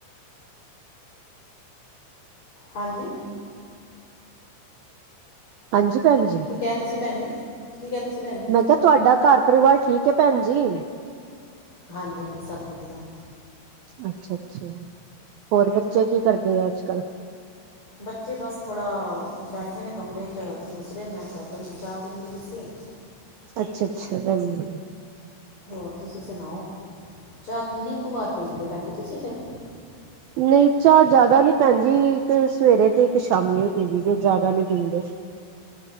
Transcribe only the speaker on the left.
ਹਾਂਜੀ।
ਕਿਆ ਤੁਸੀਂ ਭੈਣ ਜੀ, ਕੀ ਕਿਹਾ ਤੁਸੀਂ ਭੈਣ ਜੀ?
ਹਾਂਜੀ-ਹਾਂਜੀ ਸਭ ਵਧੀਆ।
ਬੱਚੇ ਬਸ ਥੋੜ੍ਹਾ ਬੈਠੇ ਨੇ ਕਮਰੇ ਚ ਦੂਸਰੇ, ਮੈਂ ਏਦਰ ਕੱਲੀ ਚਾਹ ਪੀਂਦੀ ਪਈ ਸੀ।
ਹੋਰ ਤੁਸੀਂ ਸੁਣਾਓ, ਚਾਹ ਕਿੰਨੀ ਕੁ ਬਾਰ ਪੀਂਦੇ, ਭੈਣਜੀ ਤੁਸੀਂ ਫਿਰ?